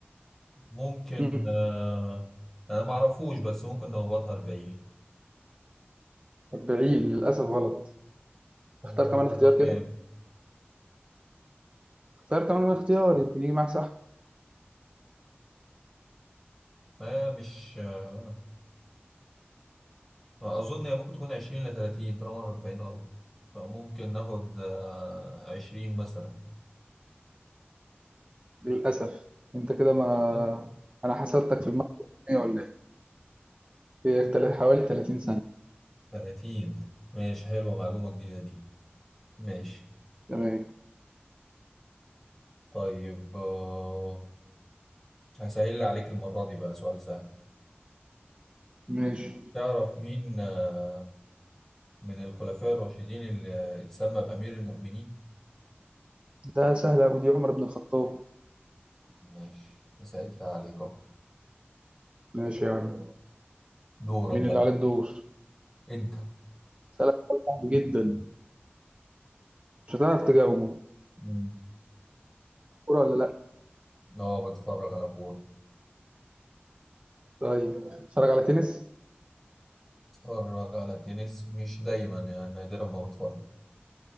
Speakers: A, in the centre; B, on the right.
A: ممكن
B: مم.
A: آه... أنا معرفوش بس ممكن نخبطها أربعين
B: 40 للأسف غلط
A: مم،
B: اختار كمان اختيار
A: ده كام؟
B: كده اختار كمان اختيار يمكن يجي معاك صح
A: ما مش آه... أظن هي ممكن تكون عشرين لتلاتين طالما أربعين غلط فممكن ناخد آه، عشرين مثلا
B: للأسف انت كده ما
A: برضو
B: انا حسدتك في المية ولا ايه في اختل- حوالي 30 سنة
A: 30 ماشي حلوة معلومة جديدة دي ماشي
B: تمام
A: طيب آه، هسهل عليك المرة دي بقى سؤال سهل
B: ماشي
A: تعرف مين آه، من الخلفاء الراشدين اللي اتسمى بأمير المؤمنين
B: ده سهل أوي دي عمر بن الخطاب
A: ماشي سهلت عليك اهو
B: ماشي يا عم
A: دورك
B: مين
A: بقى
B: اللي عليه الدور
A: انت
B: سهل صعب جدا مش هتعرف تجاوبه
A: مم.
B: كورة ولا لأ
A: اه بتفرج على كورة
B: طيب اتفرج على تنس
A: بتفرج على تنس مش دايما يعني نادرا ما بتفرج